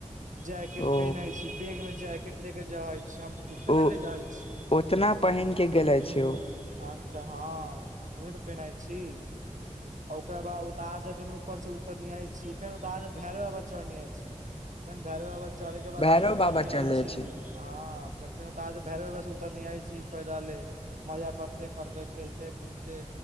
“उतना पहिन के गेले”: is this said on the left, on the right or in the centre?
Left